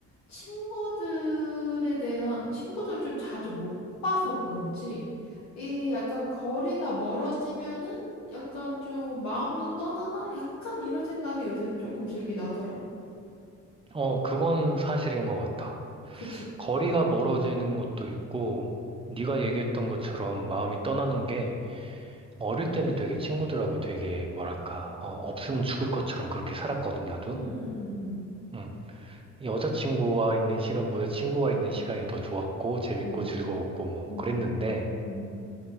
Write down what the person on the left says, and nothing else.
친구들에 대한 친구들을 좀 자주 못 봐서 그런지 이 약간 거리가 멀어지면은 약간 좀 마음도 떠나나? 약간 이런 생각이 요새는 조금 들긴 하더라.
그지?
응, 응, 응, 응,
응,
응,
응, 응,